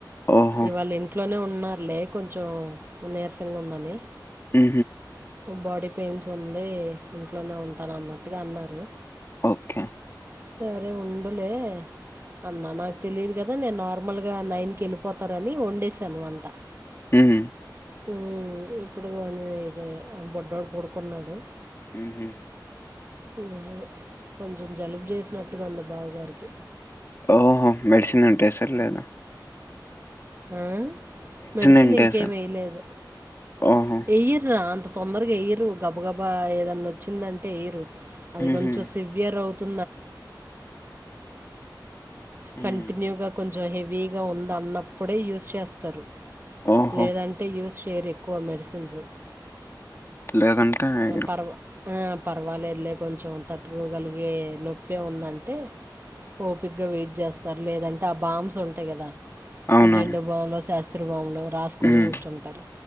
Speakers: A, on the left (about 35°); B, on the right (about 30°).
A: ఓహో
B: ఇవాళ ఇంట్లోనే ఉంట ఉన్నారులే కొంచెం నీరసంగా ఉందని
A: ఆ
B: బాడీ పెయిన్స్ ఉంది ఇంట్లోనే ఉంటాను అన్నట్టుగా అన్నారు
A: ఓకే
B: సరే ఉండలే అన్న నాకు తెలియదు కదా నేను నార్మల్గా నైన్ కి వెళ్ళిపోతారని వండసాను వంట
A: హు హ్మ్
B: ఉ ఇప్పుడు కొ బొడ్డడు పడుకున్నాడు
A: హు హ్మ్
B: అది కొంచెం జలుబు చేసినట్టుగా ఉంది బాబగారికి
A: ఓహో మెడిసిన్ అంటే సర లేదా
B: ఆ మెడిసిన్
A: అంటే
B: ఇంకేమి
A: సార్.
B: వేయలేదు
A: ఓహో!
B: వెయ్యర్రా అంత తొందరగా వయ్యరు గబ గబా ఏదన్నా వచ్చిందంటే వయ్యరు అది
A: ఉహూ.
B: కొంచెం సివియర్ అవుతు
A: హ్మ్.
B: కవ క హెవీగా ఉంది అన్నప్పుడే యూస్ చేస్తారు
A: ఓహో!
B: లేదంటే యూస్ షేర్ ఎక్కువ మెడిసిన్సు
A: లేదంటే అరు
B: పర్వ పర్వాలేదులే కొంచెం తట్టుకోగలిగే నొప్పే ఉందంటే ఓపిక గా వెయిట్ చేస్తారు లేదంటే ఆ బాంస్ ఉంటాయి కదా
A: అవునా?
B: అ జెండుో భావంలో శాస్త్రీభావంలో రాసుకొని
A: హ్మ్.
B: కూర్చుంటారు